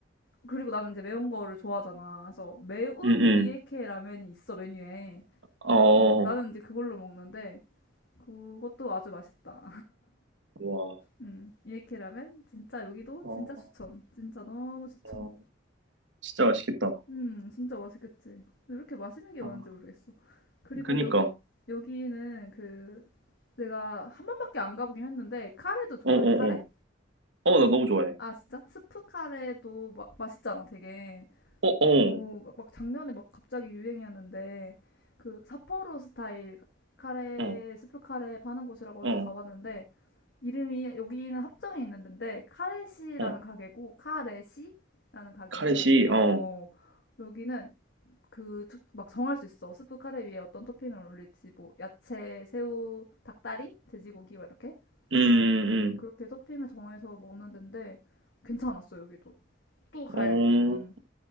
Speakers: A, on the left; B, on the right.
A: 그리고 나는 이제 매운 거를 좋아하잖아. 그래서 매운
B: 응,
A: 이케
B: 응.
A: 라면이 있어, 메뉴에.
B: 어,
A: 음, 나는 이제 그걸로 먹는데 그것도 아주 맛있다.
B: 와,
A: 음, 이렇게 라면 진짜 여기도
B: 어,
A: 진짜 추천. 진짜 너무 추천.
B: 어, 진짜 맛있겠다.
A: 음, 진짜 맛있겠지. 근데 이렇게 맛있는 게
B: 아,
A: 많은지 모르겠어. 그리고
B: 그니까.
A: 여기 여기는 그 내가 한 번밖에 안 가보긴 했는데 카레도 좋아해.
B: 어, 어,
A: 카레?
B: 어. 어, 나 너무 좋아해.
A: 아, 진짜? 스프 카레도 마, 맛있잖아, 되게.
B: 어, 어.
A: 어, 막, 막 작년에 막 갑자기 유행이었는데 그 삿포로 스타일 카레
B: 어,
A: 스프 카레 파는 곳이라고
B: 어,
A: 해서 가봤는데 이름이 여기는 합정에 있는데 카레시라는
B: 어,
A: 가게고 카레시라는 가게고
B: 카레시,
A: 어,
B: 어,
A: 어 여기는 그 막 정할 수 있어 스프 카레 위에 어떤 토핑을 올릴지 뭐 야채 새우 닭다리 돼지고기 막 이렇게
B: 음,
A: 음,
B: 음,
A: 그렇게 토핑을 정해서 먹는 데인데 괜찮았어 여기도 또 갈
B: 음. 어,
A: 음,